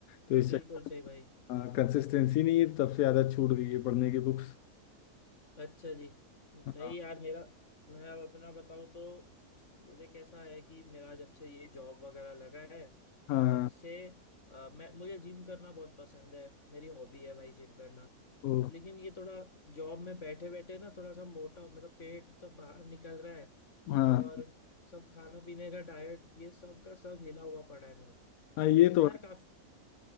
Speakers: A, on the left; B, on the left.
A: तो इस
B: बिल्कुल
A: चक्कर
B: सही भाई
A: में कंसिस्टेंसी नहीं है तब से ज़्यादा छूट गई है पढ़ने की बुक्स
B: अच्छा जी
A: हाँ
B: नहीं यार मेरा मैं अब अपना बताऊं तो मुझे कैसा है कि मेरा जब से ये जॉब वगैरह लगा है
A: हाँ
B: तब से अ, मैं मुझे जिम करना बहुत पसंद है मेरी हॉबी है भाई जिम करना
A: ओ
B: लेकिन ये थोड़ा जॉब में बैठे बैठे ना थोड़ा सा मोटा मतलब पेट सब बाहर निकल रहा है
A: हाँ
B: और सब खाना पीने का डाइट ये सब का सब हिला हुआ पड़ा है मेरा
A: हाँ ये
B: तो
A: तो
B: यार
A: है।
B: काफी